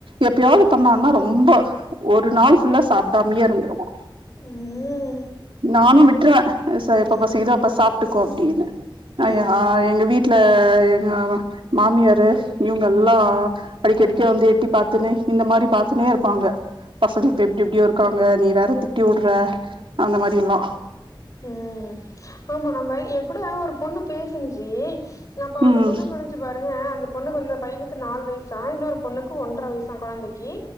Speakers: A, on the right; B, on the left.
A: எப்பயாவது பண்ணானா ரொம்ப ஒரு நாள் ஃபுல்லா சாப்டா இங்கயே இருந்துருவோ
B: ம்
A: நானு விட்ருவ எப்போ
B: ம்
A: பசிக்குதோ அப்ப சாப்டு க்கோ அப்டின்னு அ
B: ம்
A: எங்க வீட்டு இந்த எங்க மா மாமியரு இவங்கல்லா அடிக்கடிக்க வந்து எட்டி பாத்துன்னு இந்த மாரி பாத்துனே இருபாங்க பசங்க இப்ப எப்டி எப்டியோருக் இருகாங்க நீ வேற திட்டி உட்ற அந்த மாரில்லா
B: ம் ஆமா நம்ம எ கூட ஒரு பொண்ணு பேசினுச்சு அப்ப அந்த
A: ம்
B: பொண்ணு சொன்னுச் பாருங்க அந்த பொண்ணுக்கு அந்த பையனுக்கு நாலு வயசா இன்னொரு பொண்ணுக்கு ஒன்றரை வயசா கொழந்தைகி